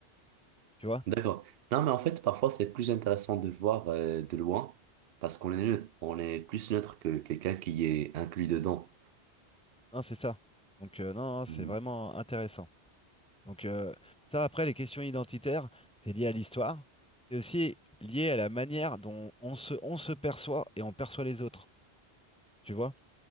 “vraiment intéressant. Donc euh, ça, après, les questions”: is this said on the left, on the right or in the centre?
Centre